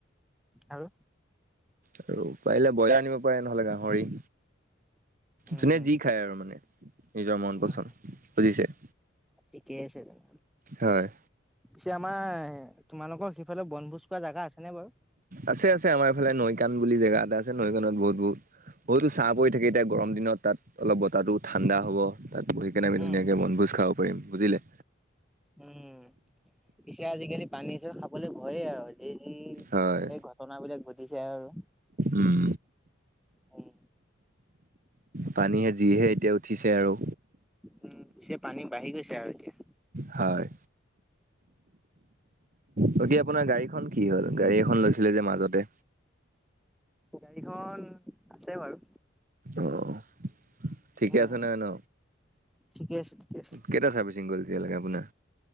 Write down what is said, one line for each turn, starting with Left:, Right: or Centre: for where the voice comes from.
Centre: আৰু?
Right: আৰু পাৰিলে ব্ৰইলাৰ আনিব পাৰে, নহলে গাহৰি।
Centre: উম
Right: যোনে যি খায় আৰু মানে নিজৰ মন
Centre: উম
Right: পচন্দ। বুজিছে?
Centre: ঠিকেই আছে <unintelligible>
Right: হয়।
Centre: পিছে আমাৰ তোমালোকৰ সিফালে বনভোজ খোৱা জেগা আছে নে বাৰু?
Right: আছে আছে, আমাৰ এফালে নৈ কান বুলি জেগা এটা আছে। নৈ কানত বহুত বহুত বহুতো চাহ পৰি থাকে এতিয়া গৰম দিনত তাত অলপ বতাহটো ঠাণ্ডা হ'ব। তাত বহি কেনে আমি
Centre: উম
Right: ধুনীয়াকে বনভোজ খাব পাৰিম। বুজিলে?
Centre: উম, পিছে আজিকালি পানীটো খাবলে ভয় আও যি যি
Right: হয়।
Centre: সেই ঘ ঘটনাবিলাক ঘটিছে আৰু।
Right: উম।
Centre: উম
Right: পানীহে যিহে এতিয়া উঠিছে আৰু।
Centre: উম, চে পানী বাঢ়ি গৈছে আৰু এতিয়া।
Right: হয়। বাকী আপোনাৰ গাড়ীখন কি হ'ল? গাড়ী এখন লৈছিলে যে মাজতে?
Centre: গাড়ীখন আছে বাৰু।
Right: অহঁ। ঠিকে
Centre: উম
Right: আছে নহয় ন?
Centre: ঠিকে আছে ঠিকে আছে।
Right: কেইটা চাৰ্ভিচিং গ'ল এতিয়া লেকে আপোনা?